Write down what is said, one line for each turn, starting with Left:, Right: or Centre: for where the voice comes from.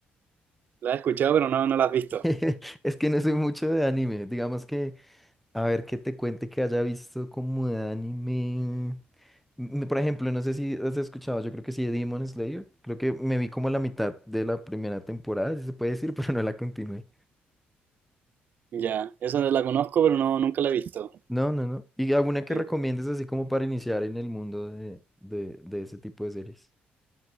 Right: La he escuchado, pero no, no la has visto.
Centre: <laughs> Es que no soy mucho de anime. Digamos que, a ver, que te cuente que haya visto como de anime. Mm, Por ejemplo, no sé si has escuchado, yo creo que sí, de Demon Slayer. Creo que me vi como la mitad de la primera temporada, si se puede decir, <laughs> pero no la continué.
Right: Ya, esa la conozco, pero no, nunca la he visto.
Centre: No, no, no. ¿Y alguna que
Right: Y,
Centre: recomiendes así como para iniciar en el mundo de, de, de ese tipo de series?